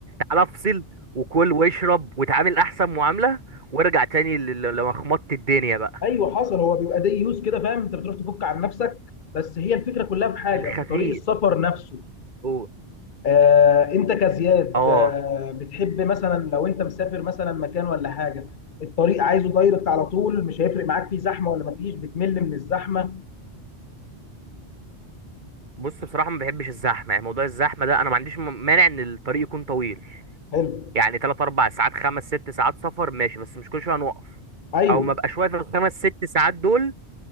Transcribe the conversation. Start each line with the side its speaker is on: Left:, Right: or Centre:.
Right: تعالى افصل وكل واشرب وتعامل احسن معاملة وارجع تاني ل- ل- لمخمطة الدنيا بقى
Left: ايوه حصل هو بيبقى دي يوز كده فاهم انت بتروح تفك عن نفسك بس هي الفكره كلها في حاجه
Right: في الخفيف
Left: في طريق السفر نفسه
Right: قول
Left: آه انت كزياد
Right: اه
Left: آه بتحب مثلا لو انت مسافر مثلا مكان ولا حاجه الطريق عايزه دايركت على طول مش هيفرق معاك فيه زحمه ولا مفيش بتمل من الزحمه
Right: بص بصراحة ما بحبش الزحمة يعني موضوع الزحمة ده انا ما عنديش م- مانع ان الطريق يكون طويل
Left: حلو
Right: يعني 3 4 ساعات 5 6 ساعات سفر ماشي بس مش كل شوية هنوقف
Left: ايوه
Right: او ما بقاش واقف الخمس ست ساعات دول